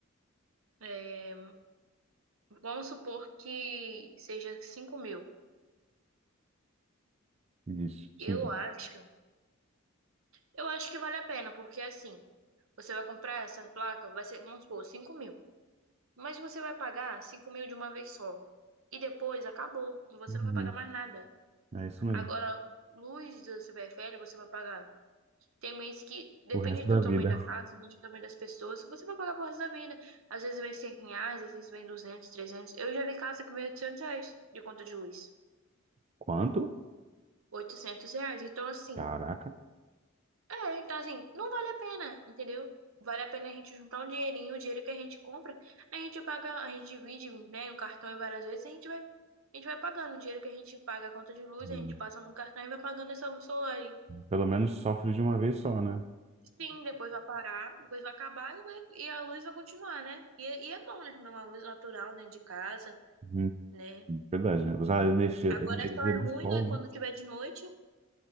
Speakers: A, on the right; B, on the right.
A: É, vamos supor que seja 5 mil.
B: isso, sim.
A: Eu acho, eu acho que vale a pena, porque assim, você vai comprar essa placa, vai ser, vamos supor, 5 mil. Mas você vai pagar 5 mil de uma vez só. E depois acabou. Você
B: Uhum.
A: não vai pagar mais nada.
B: É isso mesmo.
A: Agora, luz do CPFL, você vai pagar. Tem mês que depende
B: O resto
A: do
B: da
A: tamanho
B: vida.
A: da casa, depende do tamanho das pessoas, você vai pagar por resto da vida. Às vezes vem 100 reais, às vezes vem 200, 300. Eu já vi casa que vem 800 reais de conta de luz.
B: Quanto?
A: 800 reais. Então, assim,
B: Caraca.
A: é, então assim, não vale a pena, entendeu? Vale a pena a gente juntar um dinheirinho, o dinheiro que a gente compra, a gente paga, a gente divide, né, no cartão e várias vezes, a gente vai, a gente vai pagando o dinheiro que a gente paga a conta de luz,
B: Hum,
A: a gente passa no cartão e vai pagando essa luz solar aí.
B: Pelo menos sofre de uma vez só, né?
A: Sim, depois vai parar, depois vai acabar e, vai- e a luz vai continuar, né? E, e é bom, né, também uma luz natural dentro de casa,
B: Uhum.
A: né?
B: Verdade. Usar a energia,
A: Agora
B: a energia
A: só é
B: do
A: ruim,
B: sol,
A: né, quando
B: né?
A: tiver de noite